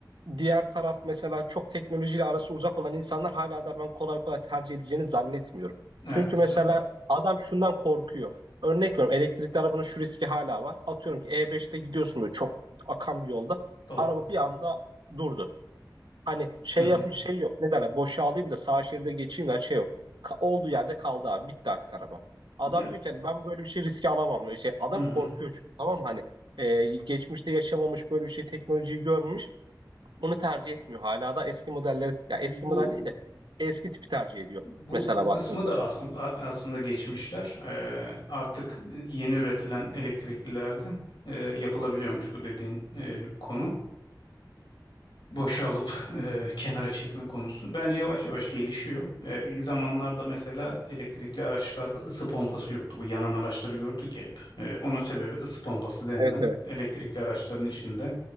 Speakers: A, on the right; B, on the left.
A: diğer taraf mesela çok teknolojiyle arası uzak olan insanlar hala da ben kolay kolay tercih edeceğini zannetmiyorum.
B: evet,
A: Çünkü mesela
B: evet.
A: adam şundan korkuyor. Örnek veriyorum elektrikli arabanın şu riski hala var. Atıyorum ki E5'te gidiyorsun böyle çok akan bir yolda.
B: Doğru.
A: Araba bir anda durdu. Hani şey
B: Hı hı.
A: yap şey yok. Ne derler? Boşalayım da sağ şeride geçeyim de hani şey yok. Ka- olduğu yerde kaldı abi. Bitti artık araba. Adam
B: Ya,
A: diyor ki hani ben böyle bir şey riske alamam. Şey, adam
B: hı hı.
A: korkuyor çünkü tamam mı? Hani e, geçmişte yaşamamış böyle bir şey teknolojiyi görmemiş. Onu tercih etmiyor. Hala da eski modelleri ya eski
B: Bu
A: model değil de eski tipi tercih ediyor.
B: bu
A: Mesela
B: bu kısmı
A: baktığın zaman.
B: da as- a- aslında geçmişler. E, artık yeni üretilen elektriklilerde e, yapılabiliyormuş bu dediğin e, konu. boşa alıp e, kenara çekme konusu bence yavaş yavaş gelişiyor. E, ilk zamanlarda mesela elektrikli araçlarda ısı pompası yoktu. Bu yanan araçları gördük ya hep. E, onun sebebi ısı pompası denilen
A: Evet evet.
B: elektrikli araçların içinde